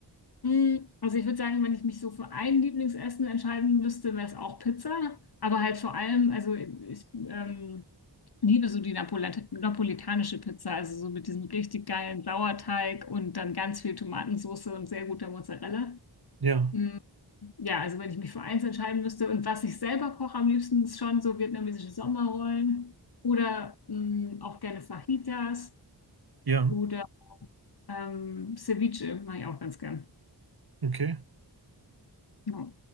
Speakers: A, on the left; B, on the right.
A: Mm, Also ich würde sagen, wenn ich mich so für ein Lieblingsessen entscheiden müsste, wäre es auch Pizza. Aber halt vor allem, also ich ähm, liebe so die Napolet napolitanische Pizza, also so mit diesem richtig geilen Sauerteig und dann ganz viel Tomatensauce und sehr guter Mozzarella.
B: Ja,
A: Mm, Ja, also wenn ich mich für eins entscheiden müsste und was ich selber koche am liebsten ist schon so vietnamesische Sommerrollen oder mm, auch gerne Fajitas
B: ja,
A: oder ähm, Ceviche mache ich auch ganz gern.
B: okay.
A: Ja.